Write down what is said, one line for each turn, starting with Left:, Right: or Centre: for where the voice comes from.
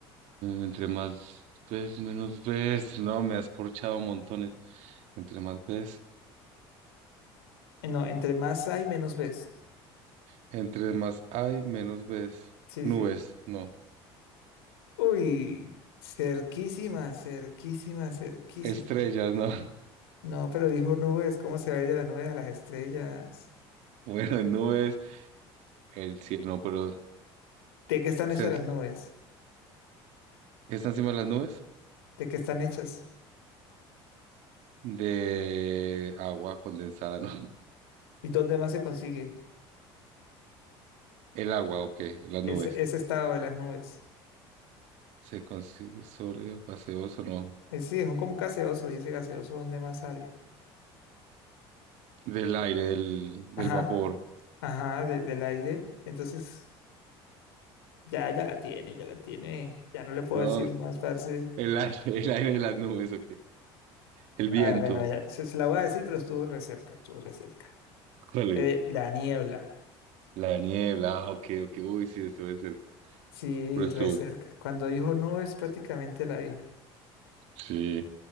Right: entre más ves, menos ves. No, me has corchado montones. Entre más ves.
Left: Eh, No, entre más hay, menos ves.
Right: Entre más hay, menos ves.
Left: Sí,
Right: Nubes,
Left: sí.
Right: no.
Left: Uy, cerquísima, cerquísima, cerquísima.
Right: Estrellas, no. <laughs>
Left: No, pero dijo nubes. ¿Cómo se va a ir de las nubes a las estrellas?
Right: Bueno, nubes, el cielo, no, pero...
Left: ¿De qué están
Right: cerca,
Left: hechas las nubes?
Right: que está encima de las nubes,
Left: ¿De qué están hechas?
Right: de agua condensada, ¿no? <laughs>
Left: ¿Y dónde más se consigue
Right: El agua, ok, las
Left: ese,
Right: nubes.
Left: ese estado de las nubes?
Right: ¿Se consigue sólido, gaseoso, no?
Left: Es decir, es un como un gaseoso, y ese gaseoso, ¿dónde más sale?
Right: Del aire, del, del
Left: Ajá,
Right: vapor,
Left: ajá, de- del aire. Entonces, ya, ya la tiene, ya la tiene. Ya no le puedo
Right: ¿no?
Left: decir más, parce.
Right: El aire, <laughs> el aire de las nubes, ok. El
Left: Ah,
Right: viento,
Left: bueno, ya, se, se la voy a decir, pero estuvo re cerca, estuvo re cerca.
Right: ¿cuál es?
Left: Eh, la niebla.
Right: La niebla, ah, ok, ok, uy, sí, eso debe ser,
Left: Sí,
Right: pero estuvo
Left: re cerca.
Right: bueno.
Left: Cuando dijo nubes, prácticamente la dijo.
Right: Sí,